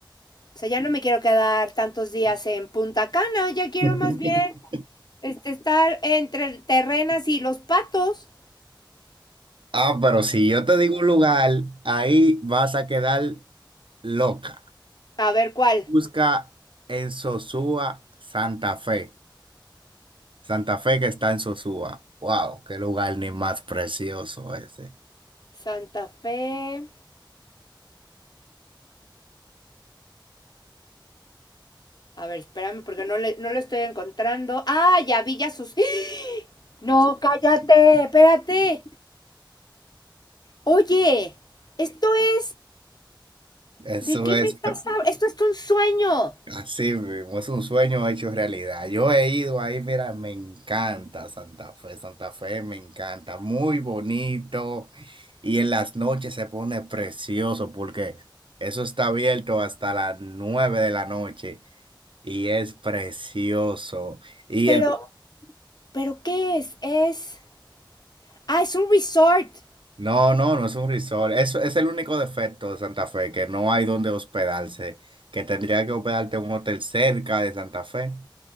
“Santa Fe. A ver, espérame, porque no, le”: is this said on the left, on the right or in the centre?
Left